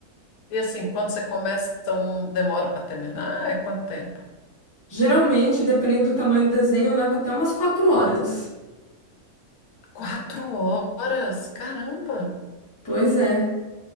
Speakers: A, on the left (about 80°); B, on the left (about 15°).
A: E assim, quando você começa, um, demora para terminar? É quanto tempo?
B: Geralmente, dependendo do tamanho do desenho, eu levo até umas quatro horas.
A: Quatro horas, caramba!
B: Pois é.